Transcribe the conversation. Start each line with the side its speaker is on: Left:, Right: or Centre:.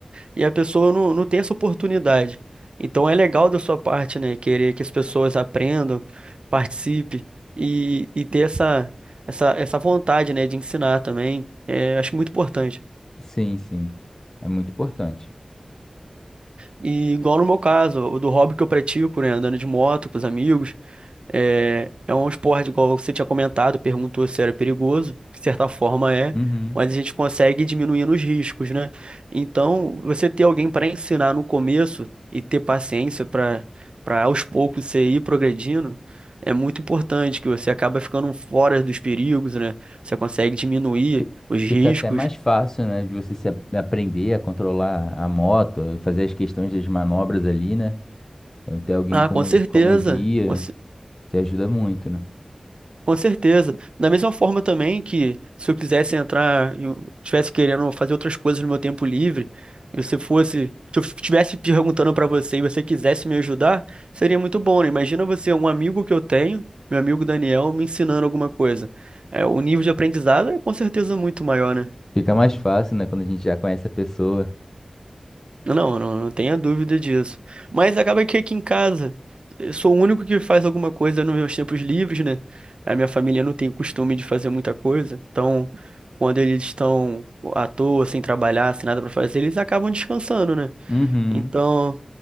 Right: E a pessoa não, não tem essa oportunidade. Então é legal da sua parte, né, querer que as pessoas aprendam, participem e, e ter essa, essa, essa vontade, né, de ensinar também. É, acho muito importante.
Left: sim, sim. É muito importante.
Right: E igual no meu caso, o do hobby que eu pratico, né, andando de moto com os amigos, é, é um esporte, igual você tinha comentado, perguntou se era perigoso, de certa forma é,
Left: Uhum.
Right: mas a gente consegue diminuir os riscos, né? Então, você ter alguém para ensinar no começo e ter paciência para para aos poucos você ir progredindo, é muito importante, que você acaba ficando fora dos perigos, né? Você consegue diminuir
Left: Fi-
Right: os
Left: Fica
Right: riscos.
Left: até mais fácil, né, de você se a- aprender a controlar a moto, fazer as questões das manobras ali, né? Então, ter alguém
Right: Ah,
Left: como,
Right: com certeza.
Left: como guia
Right: Com
Left: te ajuda muito, né?
Right: Com certeza. Da mesma forma também que se eu quisesse entrar, eu estivesse querendo fazer outras coisas no meu tempo livre, e você fosse, se eu estivesse perguntando para você e você quisesse me ajudar, seria muito bom, né? Imagina você, um amigo que eu tenho, meu amigo Daniel, me ensinando alguma coisa. É, o nível de aprendizado é com certeza muito maior, né?
Left: Fica mais fácil, né, quando a gente já conhece a pessoa.
Right: Não, não, não tenha dúvida disso. Mas acaba que aqui em casa, eu sou o único que faz alguma coisa nos meus tempos livres, né? A minha família não tem o costume de fazer muita coisa. Então, quando eles estão à toa, sem trabalhar, sem nada pra fazer, eles acabam descansando, né?
Left: Uhum.
Right: Então,